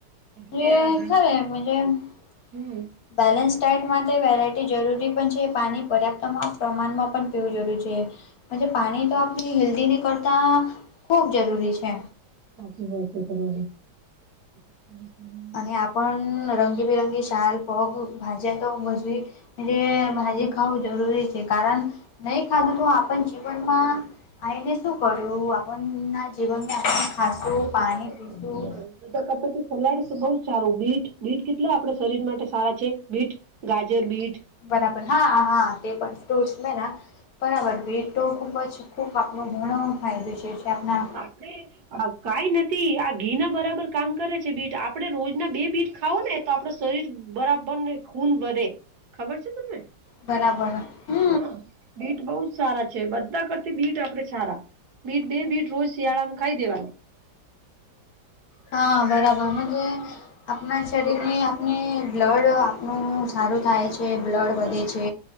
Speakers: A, on the right; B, on the left.
A: એટલે
B: <unintelligible>
A: આ ઘર હમ
B: બેલેન્સ ટાયટ માતે વેરાયટી જરૂરી પન છે પાની પરાપ્તમા પ્રમાનમાં પન પીવું જરૂરી છે. પજે પાની તો આપની હેલ્દી નીકરતા ખૂબ જરૂરી છે.
A: <unintelligible> <unintelligible>
B: અને આપન રંગબિરંગી શાલ પગ ભાજે તો મજલી ભાજી ખાવું જરૂરી છે કારન, નઇ ખાહુ તો આપન જીવનમાં આઈને સુ કરયૂ આપન ના જીવનને ખાસું
A: બધા
B: પાની
A: કરતા
B: પીશું.
A: હા બધા કપટ સલાડશ બઉ ચારું બીટ બીટ કેટલા આપડ શરીર માટે સારા છે બીટ? ગાજર બીઠ.
B: પરાપર હા હા તે પણ પરાપર, બેટોખૂબ છ. ખૂપ આપનો ઘણો ફાયદો છે જે આપના
A: આપળે કાઈ નતી આ ઘીના બરાબર કામ કરે છે બીટ આપ આપળે રોજના બે બીટ ખાઓ ને તો આપળ શરીર બરાબર ને ખૂન વધે ખબર છે તમને?
B: બરાબર હમ્મ.
A: હા બીટ બહુ જ સારા છે બધા કરતી બીટ આપ આપડે સારા બીટ બે બીટ રોજ શિયાળામાં ખાઈ દેવાનું.
B: હા બરાબર ન જે આપણા શરીરની આપણે બ્લડ આપણું સારું થાય છે. છે બ્લડ વધે
A: હા
B: છે,